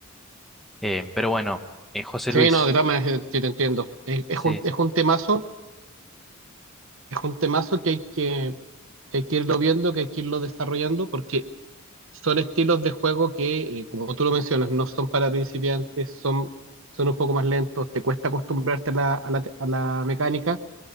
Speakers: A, in the centre; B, on the right.
A: Eh, pero bueno, eh, José
B: Sí,
A: Luis,
B: no, de todas maneras, sí te entiendo. Es, es
A: sí,
B: un, es un temazo, es un temazo que hay que, que hay que irlo viendo, que hay que irlo desarrollando, porque son estilos de juego que, eh, como tú lo mencionas, no son para principiantes, son, son un poco más lentos, te cuesta acostumbrarte a la, a la, a la mecánica